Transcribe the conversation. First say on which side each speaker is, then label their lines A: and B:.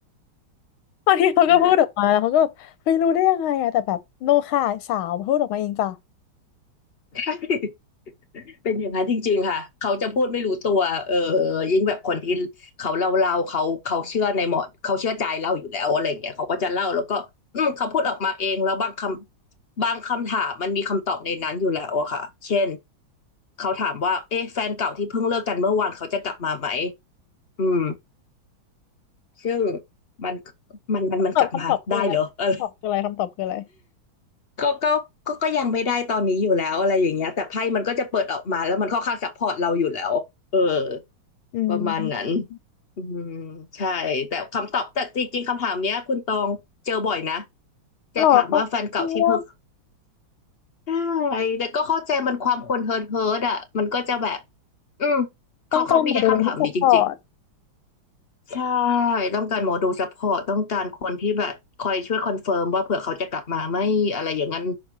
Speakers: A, on the left; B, on the left.
A: บางทีเขาก็พูดออกมาแล้วเขาก็แบบเฮ้ยรู้ได้ยังไงอะแต่แบบโนค่ะสาวพูดออกมาเองจ้ะ
B: ใช่ ใช่ <laughs> เป็นอย่างนั้นจริงๆค่ะเขาจะพูดไม่รู้ตัวเออยิ่งแบบคนที่เขาเล่าเล่าเขาเขาเชื่อในหมอเขาเชื่อใจเราอยู่แล้วอะไรอย่างเงี้ยเขาก็จะเล่าแล้วก็อืมเขาพูดออกมาเองแล้วบางคำบางคำถามมันมีคำตอบในนั้นอยู่แล้วอะค่ะเช่นเขาถามว่าเอ๊ะแฟนเก่าที่เพิ่งเลิกกันเมื่อวานเขาจะกลับมาไหมอืมซึ่งมันมันมันมันกลับมาได้เหรอเอะไร
A: คำตอบคำตอบคืออะไรคำตอบคืออะไรคำตอบคืออะไร
B: ก็ก็ก็ก็ยังไม่ได้ตอนนี้อยู่แล้วอะไรอย่างเงี้ยแต่ไพ่มันก็จะเปิดออกมาแล้วมันค่อนข้างซัพพอร์ตเราอยู่แล้วเออ
A: อืม
B: ประมาณนั้นอืมใช่แต่คำตอบแต่จริงๆคำถามเนี้ยคุณตองเจอบ่อยนะจะถามว่าแฟนเก่าที่เพิ่ง
A: หรอเขาคิดว่า
B: ใช่แต่ก็เข้าใจมันความคนเฮิร์ทเฮิร์ทอ่ะมันก็จะแบบอืมเขาเขามีแค่คำถามนี้จริง
A: ต้องการหมอดูเป็นที่ซัพพอร์ต
B: ๆใช่ต้องการหมอดูซัพพอร์ตต้องการคนที่แบบคอยช่วยคอนเฟิร์มว่าเผื่อเขาจะกลับมาไหมอะไรอย่างนั้น